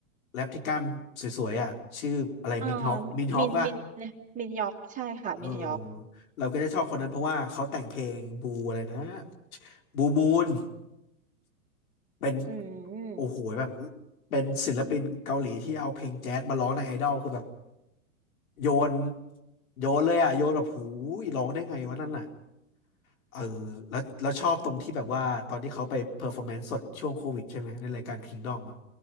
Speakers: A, on the left (about 70°); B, on the right (about 15°).
A: แรปที่กล้ามสวยๆอ่ะชื่ออะไรมินฮอคมินฮอคป่ะ
B: อ่ามินมินมินยอกใช่ค่ะมินยอก
A: เออเราก็จะชอบคนนั้นเพราะว่าเขาแต่งเพลงบูอะไรนะบูมูน เป็น
B: อืม
A: โอ้โหแบบเป็นศิลปินเกาหลีที่เอาเพลงแจ๊สมาร้องในไอดอลคือแบบโยนโยนเลยอ่ะโยนแบบหูยร้องได้ไงวะนั่นน่ะเออแล้วแล้วชอบตรงที่แบบว่าตอนที่เขาไปเพอร์ฟอร์แมนซ์สดช่วงโควิดใช่ไหมในรายการ Kingdom อ่ะ